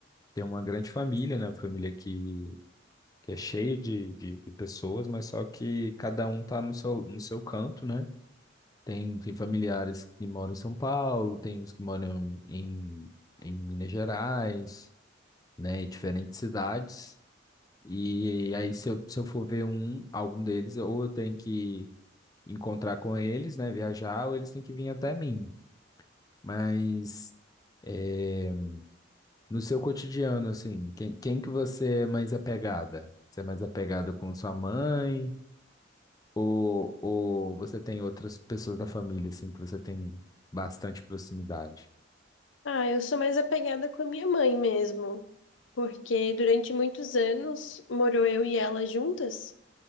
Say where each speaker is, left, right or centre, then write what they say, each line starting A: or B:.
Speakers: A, on the left; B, on the left.
A: tem uma grande família, né? Uma família que, que é cheia de, de, de pessoas, mas só que cada um tá no seu, no seu canto, né? Tem, tem familiares que moram em São Paulo, tem uns que moram em, em Minas Gerais, né? Em diferentes cidades. E aí, se eu, se eu for ver um, algum deles, ou eu tenho que encontrar com eles, né? Viajar, ou eles têm que vir até mim. Mas. eh, No seu cotidiano, assim, quem, quem que você é mais apegada? Você é mais apegada com sua mãe? Ou, ou você tem outras pessoas da família, assim, que você tem bastante proximidade?
B: Ah, eu sou mais apegada com a minha mãe mesmo, porque durante muitos anos morou eu e ela juntas,